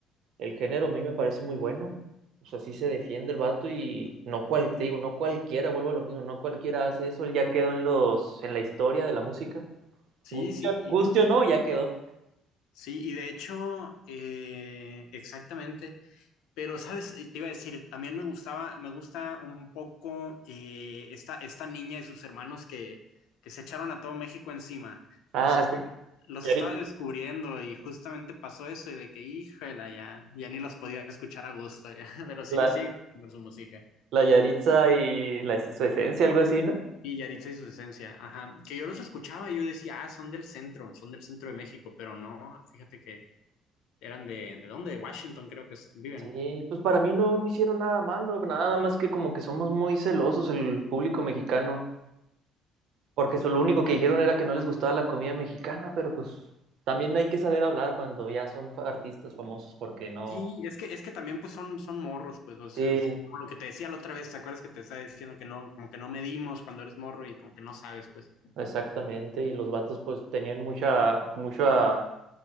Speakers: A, on the right; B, on the left.
A: el género a mí me parece muy bueno, o sea, sí se defiende el vato y no cual, te digo, no cualquiera, vuelvo a lo mismo, no cualquiera hace eso, él ya quedó en los, en la historia de la música,
B: sí,
A: guste,
B: sí,
A: guste
B: y-
A: o no, ya quedó.
B: sí, y de hecho, eh, exactamente. Pero, ¿sabes? Te iba a decir, también me gustaba, me gusta un poco eh, esta, esta niña y sus hermanos que, que se echaron a todo México encima.
A: Ah,
B: Los, es-
A: sí.
B: los
A: y
B: estaba
A: ahorita-
B: descubriendo y justamente pasó eso y de que, híjala, ya, ya ni los podía escuchar a gusto, ya. <laughs> Pero sí
A: la-
B: me siguen por su música.
A: La Yaritza y la es- su esencia, algo así, ¿no?
B: Y Yaritza y su esencia, ajá. Que yo los escuchaba y yo decía, ah, son del centro, son del centro de México, pero no, fíjate que eran de, ¿de dónde? De Washington creo que es- viven.
A: Sí, pues para mí no, no hicieron nada malo, nada más que como que somos muy celosos el público mexicano, porque eso, lo único que dijeron era que no les gustaba la comida mexicana, pero pues también hay que saber hablar cuando ya son fa- artistas famosos, porque no.
B: Sí, es que, es que también pues son, son morros, pues, o sea,
A: Sí,
B: es como lo que te decía la otra vez, ¿te acuerdas que te estaba diciendo que no, como que no medimos cuando eres morro y como que no sabes, pues.
A: exactamente, y los vatos pues tenían mucha, mucha,